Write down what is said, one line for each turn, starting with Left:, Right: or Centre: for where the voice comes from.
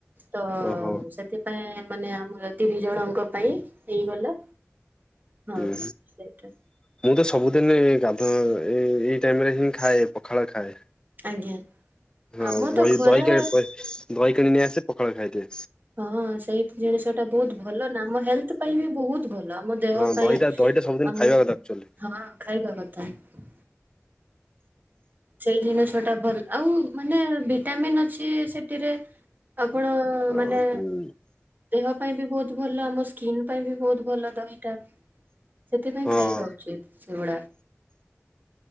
Right: ତ
Left: ଓହୋ
Right: ସେଥିପାଇଁ ମାନେ ଆମ ତିନି ଜଣଙ୍କ ପାଇଁ ହେଇଗଲା। ହଁ
Left: ହୁଁ
Right: ସେଇଟା
Left: ମୁଁ ତ ସବୁଦିନ ଗାଧୁଆ ଏ ଏଇ ଟାଇମ ରେ ହିଁ ଖାଏ ପଖାଳ ଖାଏ।
Right: ଆଜ୍ଞା
Left: ହଁହି
Right: ଆମ ତ ଖରା
Left: ଦହି ଦହି କିଣି ନେଇ ଆସେ। ଖରେ ଖାଇଦେ
Right: ହଁ ସେଇ ଜିନିଷ ଟା ବହୁତ ଭଲ ନା ଆମ ହେଲ୍ଥ ପାଇଁ ବି ବହୁତ ଭଲ ଆମ ଦେହ
Left: ହଁ
Right: ପାଇଁ
Left: ଦହିଟା ଦହିଟା ସବୁଦିନ
Right: ଆମ
Left: ଖାଇବା କଥା ଆକ୍ଚୁଆଲି।
Right: ହଁ ଖାଇବା କଥା ତା ସେଇ ଦିନ ଟା ଭଲ ଆଉ ମାନେ ଭିଟାମନ୍ ଅଛି ସେଠରେ ଆପଣ
Left: ଆଉ
Right: ମାନେ
Left: ହୁଁ
Right: ଦେହ ପାଇଁ ବି ବହୁତ ବହୁତ ଭଲ ଆମ ସ୍କିନ୍ ପାଇଁ ବି ବହୁତ ଭଲ ଦହିଟା ସେଥିପାଇଁ
Left: ହଁ
Right: ଖାଇବା ଉଚିତ ସେଗୁଡା